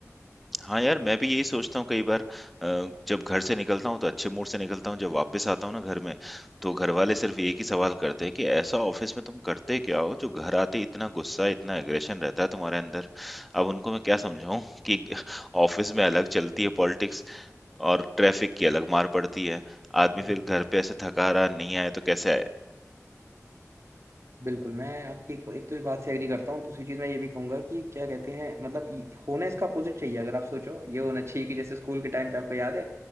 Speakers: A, in the centre; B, on the right (about 60°).
A: हाँ यार, मैं भी यही सोचता हूँ कई बार अ, जब घर से निकलता हूँ तो अच्छे मूड से निकलता हूँ, जब वापस आता हूँ ना घर में, तो घर वाले सिर्फ एक ही सवाल करते हैं कि ऐसा ऑफिस में तुम करते क्या हो जो घर आते इतना गुस्सा, इतना एग्रेशन रहता है तुम्हारे अंदर। अब उनको मैं क्या समझाऊँ <laughs> कि ऑफिस में अलग चलती है पॉलिटिक्स और ट्रैफिक की अलग मार पड़ती है। आदमी
B: है
A: फिर घर पे ऐसे थका रहा नहीं आया तो कैसे आए?
B: बिल्कुल मैं आपकी एक, एक तो इस बात से एग्री करता हूँ दूसरी चीज मैं ये भी कहूंगा कि क्या कहते हैं मतलब ये- होना इसका अपोजिट चाहिए अगर आप सोचो ये होना चाहिए कि जैसे स्कूल के टाइम पे आपको याद है